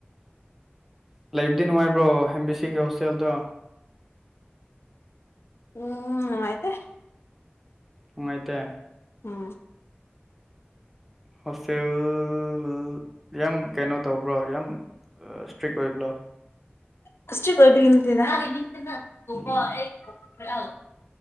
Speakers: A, in the centre; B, on the left.
A: ꯂꯩꯕꯨꯗꯤ ꯅꯨꯡꯉꯥꯏꯕ꯭ꯔꯣ ꯑꯦꯝ ꯕꯤ ꯁꯤꯒꯤ ꯍꯣꯁꯇꯦꯜꯗꯣ
B: ꯎꯝ ꯑꯥꯏꯗ
A: ꯅꯨꯡꯉꯥꯏꯇꯦ
B: ꯎꯝ
A: ꯍꯣꯁꯇꯦꯜ ꯌꯥꯝ ꯀꯩꯅꯣ ꯇꯧꯕ꯭ꯔꯣ ꯌꯥꯝ ꯏꯁꯇ꯭ꯔꯤꯛ ꯑꯣꯏꯕ꯭ꯔꯣ
B: ꯀꯁ ꯑꯣꯏꯣꯏ
A: ꯎꯝ